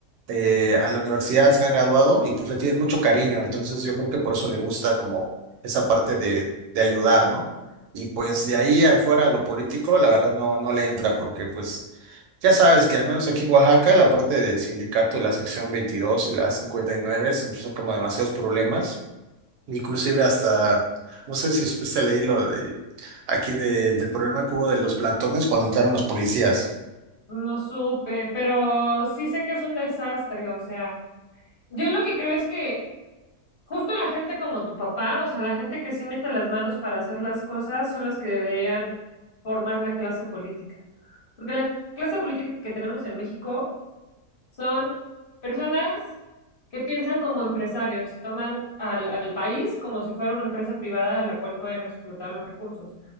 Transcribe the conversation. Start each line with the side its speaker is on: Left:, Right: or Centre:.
Right: eh, a la universidad, se han graduado y pues le tienen mucho cariño. Entonces yo creo que por eso le gusta como esa parte de, de ayudar, ¿no? Y pues de ahí afuera lo político, la verdad no, no le entra porque pues ya sabes que al menos aquí en Oaxaca la parte del sindicato, la sección 22 y la 59 siempre empezó como demasiados problemas. Inclusive hasta, no sé si supiste leer lo de aquí de- del problema que hubo de los plantones cuando entraron los policías.
Left: No supe, pero sí sé que es un desastre. O sea, yo lo que creo es que justo la gente como tu papá, o sea, la gente que sí mete las manos para hacer las cosas, son las que deberían formar la clase política. Porque la clase política que tenemos en México Son personas que piensan como empresarios y toman al, al país como si fuera una empresa privada de la cual pueden explotar los recursos.